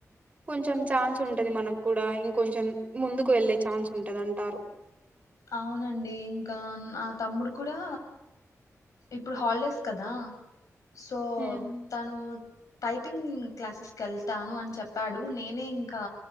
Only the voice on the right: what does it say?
కొంచెం ఛాన్స్ ఉంటది మనకు కూడా ఇంకొంచెం ముందుకు వెళ్ళే ఛాన్స్ ఉంటదంటారు.
హ్మ్